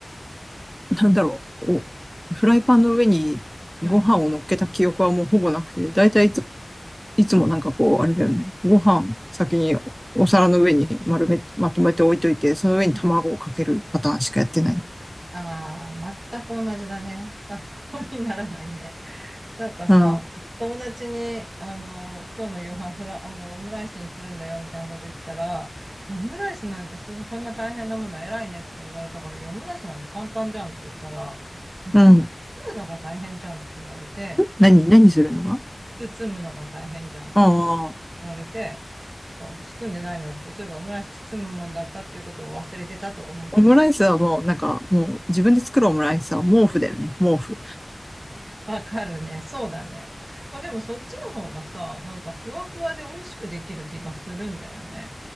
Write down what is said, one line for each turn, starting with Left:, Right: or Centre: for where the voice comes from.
Centre: なんだろう。お、フライパンの上にご飯を乗っけた記憶はもうほぼなくて、
Right: うん、
Centre: だいたいいつ、いつもなんかこう、あれだよね。ご飯先にお皿の上に丸め、まとめて置いといて、その上に卵をかけるパターンしかやってない。
Right: うん。ああ、全く同じだね。参考にならないね。なんかさ、
Centre: うん。
Right: 友達に、あの、今日の夕飯フラ、あの、オムライスにするんだよ、みたいなこと言ってたら、いやオムライスなんてそ、そんな大変なもの偉いね、とか言われたから、いや、オムライスなんて簡単じゃんって言ったら、だってあの、
Centre: うん。ん
Right: 包むのが大変じゃんって言われて、
Centre: 何、何するのが
Right: 包むのが大変じゃんって
Centre: ああー。
Right: 言われて、あ包んでないなって、そういえばオムライス包むもんだったっていうことを忘れてたと思ってさ。
Centre: オムライスはもうなんか、もう自分で作るオムライスは毛布だよね。毛布。
Right: わかるね。そうだね。まあでもそっちの方がさ、なんかふわふわで美味しくできる気がするんだよね。